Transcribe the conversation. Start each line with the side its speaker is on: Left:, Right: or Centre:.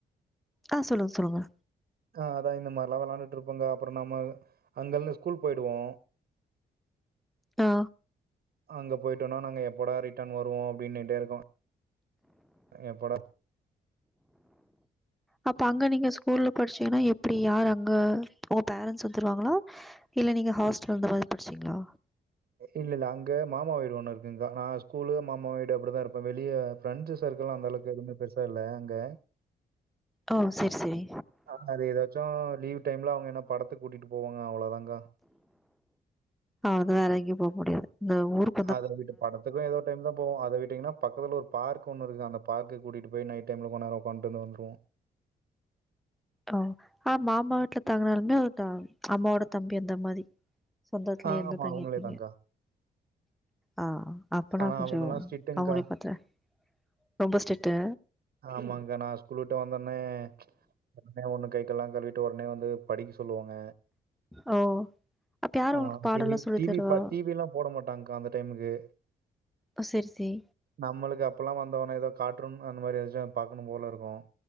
Centre: ஆ சொல்லுங்க சொல்லுங்க
Right: ஆ அதா இந்த மார்லா வெளாண்டுட்ருப்பங்கா அப்பறோ நம்ம அங்கள்னு ஸ்கூல் போயிடுவோ
Centre: ஆ
Right: அங்க போய்ட்டோனா நாங்க எப்போடா ரிட்டன் வருவோ அப்டினுட்டேருகு எப்போடா
Centre: அப்ப அங்க நீங்க ஸ்கூல்ல படிச்சீங்கினா எப்பிடி யாரு அங்க ஓ பேரன்ட்ஸ் வந்துருவாங்களா இல்ல நீங்க ஹாஸ்டல் அந்த மாதிரி படிச்சிங்ளா
Right: இல்ல இல்ல அங்க மாமா வீடு ஒன்னு இருக்குங்கா நா ஸ்கூலு மாமா வீடு அப்டிதா இருப்பே வெளிய ஃப்ரெண்ட்ஸு சர்க்கிள்லா அந்தளவுக்கு எதுவுமே பெருசா இல்ல அங்க
Centre: ஓ செரி செரி
Right: ஆ அது எதாச்சோ லீவு டைம்ல அவுங்க என்னப் படத்துக் கூட்டிட்டு போவாங்க அவ்ளோதாங்கா
Centre: அவுளதா வேற எங்கியும் போமுடியாது இந்த ஊருக்
Right: அத விட்டுப் படத்துக்கு எதோ ஒரு டைம்தா போவோ அத விட்டீங்கினாப் பக்கத்துல ஒருப் பார்க்கு ஒன்னு இருகுது அந்தப் பார்க்குக் கூட்டிட்டு போயி நைட் டைம்ல கொண் நேரோ உக்கான்ட்டுந்து வந்துருவோ
Centre: ஓ ஆ மாமா வீட்ல தாங்கனாலுமே <unintelligible> அம்மாவோடத் தம்பி அந்த மாரி சொந்தத்லியேந்தா
Right: ஆ ஆமா,
Centre: தங்கிர்ப்பீங்க
Right: அவங்களே தான்க்கா.
Centre: ஆ அப்பனா
Right: ஆனா
Centre: கொஞ்சோ
Right: அவங்கலாம் ஸ்ட்ரிக்ட்டுங்க்கா.
Centre: அவுங்குளியும் பத்ரே ரொம்ப ஸ்ட்ரிட்டு
Right: ஆமாங்கா நா ஸ்கூல் விட்டு வந்தவொன்னே ஒடனே ஒன்னு கைக் கால்லா கழுவிட்டு ஒடனே வந்து படிக்க சொல்லுவாங்க
Centre: ஓ அப்ப யாரு
Right: ஆ
Centre: உங்களுக்கு பாடல்லா
Right: டி வி
Centre: சொல்லி
Right: டி
Centre: தருவா
Right: வி இப்ப டி வியிலாம் போட மாட்டாங்க்கா அந்த டைமுகு
Centre: ஒ செரி செயி
Right: நம்மளுக்கு அப்பலா வந்தவொனேதாக் காற்றூன் அந்த மாரி எதாச்சம் பாக்குணும் போல இருகு